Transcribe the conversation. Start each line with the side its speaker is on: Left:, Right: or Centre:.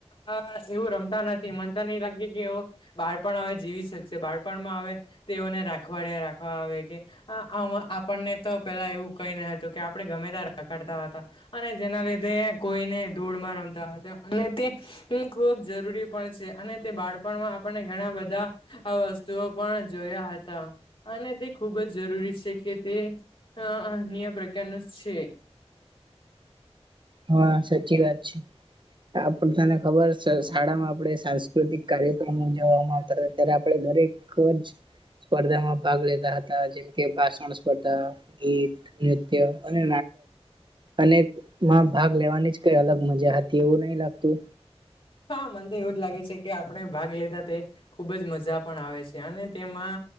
Left: અ એવું રમતા નથી મનતા નહી લાગે કે એ બાળપણ હ જીવી શકશે બાળપણમાં આવે તેઓને રાખવાડે રાખવા આવે કે આપણને તો પેલા એવું કઈ ના હતું કે આપડણે ગમે રડતા હતા અને જેના લીધે કોઈને ધૂળમાં રમતા હતા અને તે ખૂબ જરૂરી પણ છે અને તે બાળપણમાં આપને ઘણા બધા આ વસ્તુઓ પણ જોયા હતા અને તે ખુબ જ જરૂરી છે કે તે હા અન્ય પ્રકારનું જ છે
Right: હા સાચી વાત છે આપડ તને ખબર શાળામાં આપણે સાંસ્કૃતિક કાર્યક્રમો ઉજવવામાં આવતા હતા ત્યારે આપડે દરેક જ સ્પર્ધામાં ભાગ લેતા હતા જેમ કે ભાષણ સ્પર્ધા ગીત નૃત્ય અને અનેમાં ભાગ લેવાની જ કઈ અલગ મજા હતી એવું નહી લાગતું
Left: હા મને તો એવું જ લાગે છે કે આપણે ભાગ લેતા તે ખુબ જ મજા પણ આવે છે અને તેમાં